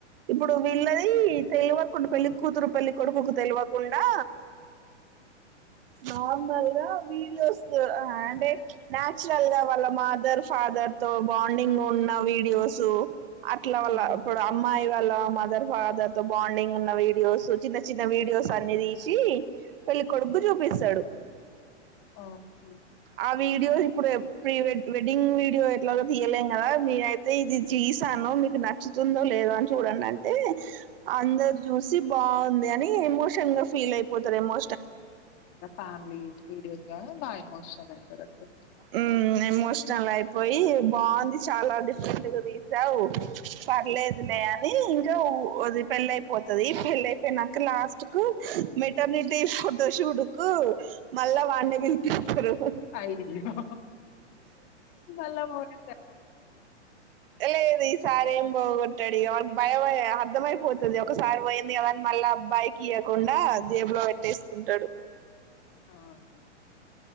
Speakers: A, on the right; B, on the left.
A: ఇప్పుడు వీళ్లది తెలువకుండా పెళ్లి కూతురు పెళ్లి కొడుకుకు తెలివకుండా నార్మల్ గా వీడియోస్తో అంటే నాచురల్ గా వాళ్ళ మదర్ ఫాదర్ తో బాండింగ్ ఉన్న వీడియోస్ అట్ల వాళ్ళ
B: హ్మ్.
A: ఇప్పుడు అమ్మాయి వాళ్ళ మద మదర్ ఫాదర్ తో బాండింగ్ ఉన్న వీడియోస్ చిన్న చిన్న వీడియోస్ అనేది చి పెళ్లి కొడుక్కు చూపిస్తాడు
B: ఓకే
A: ఆ వీడియో ఇప్పుడు ప్రీ వెడ్డింగ్ వీడియో ఎట్లాగా తీయలేం కదా నేనయితే ఇది తీసాను మీకు నచ్చుతుందో లేదో అని చూడండి అంటే అందరు చూసి బాగుంది అని ఎమోషన్ గా ఫీల్ అయిపోతారు ఏమో
B: నా ఫ్యామిలీ వీడియోస్ గా బా ఎమోషన్ <unintelligible>
A: ఉమ్ ఎమోషనల్ అయిపోయి బాగుంది చాలా డిఫరెంట్ గా తీసావు పర్లేదులే
B: హ్మ్.
A: అని <unintelligible> అది పెళ్లి అయిపోతది పెళ్లి అయిపోయినాక లాస్ట్ కు మెటర్నిటీ ఫోటోషూటుకు మల్లా వాన్నికి పిలుపిస్తారు <unintelligible>
B: అయ్యో! మళ్ళా పోయిందా?
A: లేదు ఈ సారి ఏమ్ పోగొట్టడు ఇగ వాడికి భయం అర్ధమయిపోతుంది ఒకసారి పోయింది కదా అని మళ్ళీ అబ్బాయి కి ఇయ్వకుండా జేబులో పెట్టేసుకుంటాడు
B: ఆహా